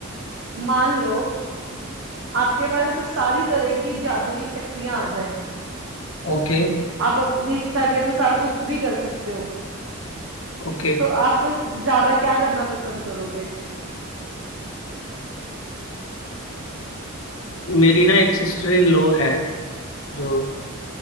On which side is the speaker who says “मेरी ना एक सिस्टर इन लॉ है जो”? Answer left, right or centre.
Left